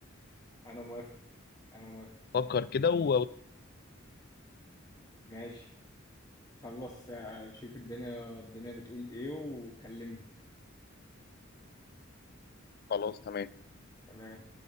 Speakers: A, on the left (about 20°); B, on the left (about 50°).
A: أنا موافق أنا موافق
B: فكر كده و-
A: ماشي خلص آه، شوف الدنيا الدنيا بتقول ايه وكلمني
B: وخلاص تمام
A: تمام